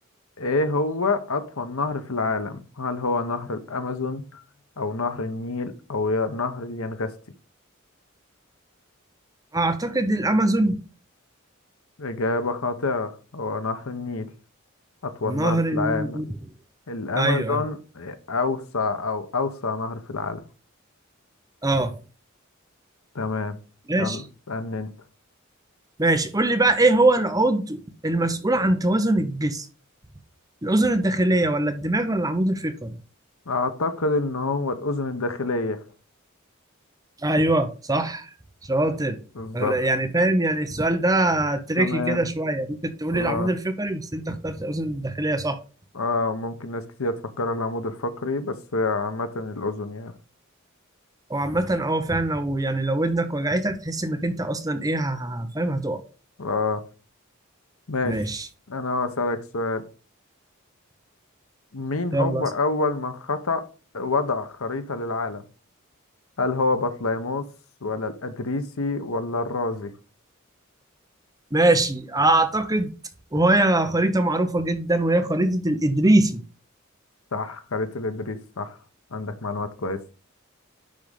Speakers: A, on the left (about 85°); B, on the right (about 15°).
A: ايه هو اطول نهر في العالم هل هو نهر الامازون او نهر النيل او يا- نهر اليانغستي
B: اعتقد الامازون
A: اجابه خاطئه هو نهر النيل اطول نهر
B: نهر
A: في
B: النيل
A: العالم الامازون
B: ايوه ايوه
A: اوسع او اوسع نهر في العالم
B: اه
A: تمام
B: ماشي
A: يلا اسالني انت
B: ماشي قول لي بقى ايه هو العضو المسؤول عن توازن الجسم الاذن الداخليه ولا الدماغ ولا العمود الفقري
A: اعتقد ان هو الاذن الداخليه
B: ايوه صح شاطر
A: بالظبط
B: أغل- يعني فاهم يعني السؤال ده تريكي
A: تمام
B: كده شويه ممكن تقولي
A: اه
B: العمود الفقري بس انت اخترت الاذن الداخليه صح
A: اه ممكن ناس كتير تفكر العمود الفقري بس عامه الاذن يعني
B: هو عامه اه فعلا لو يعني لو ودنك وجعتك تحس انك انت اصلا ايه ه- ه- فاهم هتقع
A: اه ماشي
B: ماشي
A: أنا أسألك سؤال مين هو
B: يلا
A: أول من خطأ وضع خريطة للعالم؟ هل هو بطليموس ولا الإدريسي ولا الرازي؟
B: ماشي اعتقد وهي خريطة معروفة جدا وهي خريطة الإدريسي
A: صح خريطة الإدريس صح عندك معلومات كويسة